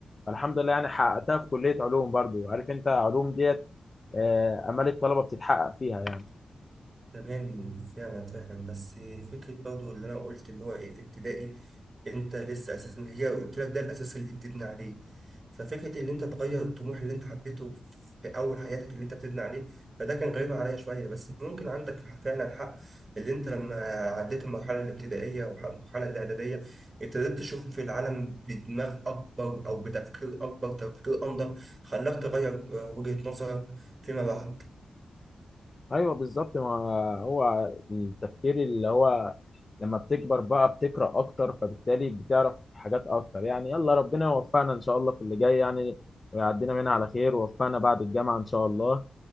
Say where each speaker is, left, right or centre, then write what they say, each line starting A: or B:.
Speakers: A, on the left (about 35°); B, on the right (about 30°).
A: فالحمد لله يعني حققتها في كليه علوم برضو عارف انت علوم ديت آه، امال الطلبه بتتحقق فيها يعني
B: تمام فعلا فعلا بس فكرة برضو اللي أنا قلت اللي هو إيه في ابتدائي أنت لسه أساسا هي قلت لك ده الأساس اللي بتبني عليه ففكرة اللي أنت تغير الطموح اللي أنت حبيته في أول حياتك اللي أنت بتبني عليه فده كان غريب عليا شوية بس ممكن عندك فعلا حق اللي أنت لما عديت المرحلة الابتدائية والمرحلة الإعدادية ابتديت تشوف في العالم بدماغ أكبر أو بتفكير أكبر تفكير أنضج خلاك تغير آه، وجهة نظرك فيما بعد
A: ايوه بالظبط ما هو التفكير اللي هو لما بتكبر بقى بتقرا اكتر فبالتالي بتعرف حاجات اكتر يعني يلا ربنا يوفقنا ان شاء الله في اللي جاي يعني ويعدينا منها على خير ووفقنا بعد الجامعه ان شاء الله